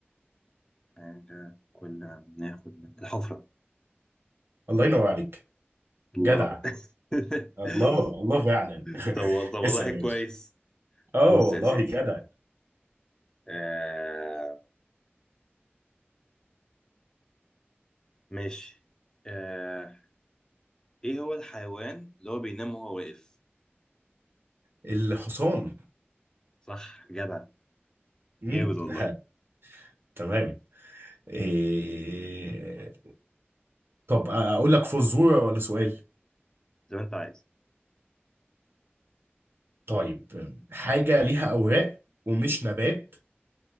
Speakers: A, on the left (about 15°); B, on the right (about 60°).
A: حاجة كنا بناخد من الحفرة
B: الله ينور عليك
A: الله
B: جدع
A: <laughs>
B: الله الله فعلا <laughs>
A: طب وال- طب والله
B: اسأل
A: كويس
B: يا باشا اه
A: بص
B: والله
A: يا سيدي
B: جدع
A: آه ماشي آه إيه هو الحيوان اللي هو بينام وهو واقف
B: الحصان
A: صح جدع
B: امم
A: جامد والله
B: <laughs> تمام إيه... طب اقول لك فزورة ولا سؤال
A: زي ما أنت عايز
B: طيب حاجة ليها أوراق ومش نبات